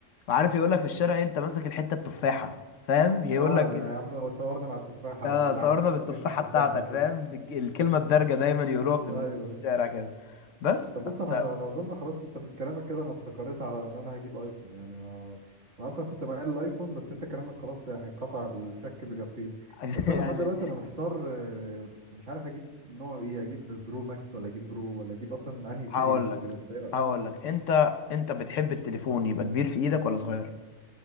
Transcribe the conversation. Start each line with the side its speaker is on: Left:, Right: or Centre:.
Left: وعارف يقول لك في الشارع إيه، انت ماسك الحته التفاحه فاهم يقول
Right: اه
Left: لك إيه،
Right: يا عم صورنا مع التفاحه
Left: اه
Right: ولا
Left: صورنا
Right: انا يا عم
Left: بالتفاحه
Right: جبت التفاحه
Left: بتاعتك
Right: وكده
Left: فاهم الج- الكلمه الدارجه دايما يقولوها في
Right: ايوه ايوه
Left: الشارع كده بس
Right: طب بص
Left: فانت
Right: انا انا اظن خلاص انت من كلامك كده انا استقريت على ان انا هجيب ايفون يعني آه، انا اصلا كنت مايل للايفون بس انت كلامك خلاص يعني قطع الشك باليقين
Left: <laughs>
Right: بس
Left: يعني
Right: انا لحد دلوقتي انا محتار آه، مش عارف اجيب نوع ايه اجيب برو ماكس ولا اجيب برو ولا اجيب اصلا انهي سيريس
Left: هقول لك
Right: وكده انت ايه رايك
Left: هقول لك انت انت بتحب التليفون يبقى كبير في ايدك ولا صغير